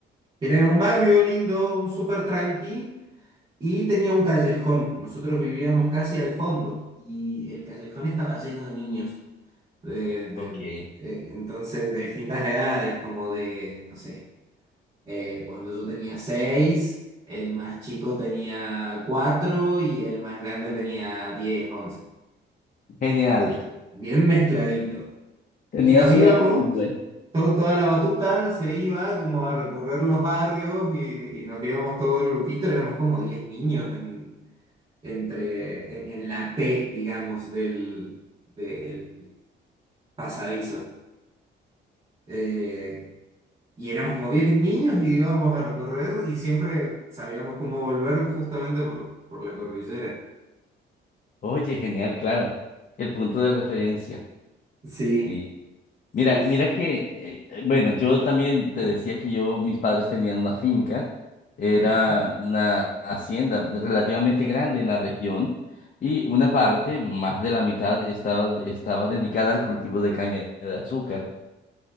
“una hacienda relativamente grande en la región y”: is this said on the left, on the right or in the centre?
Left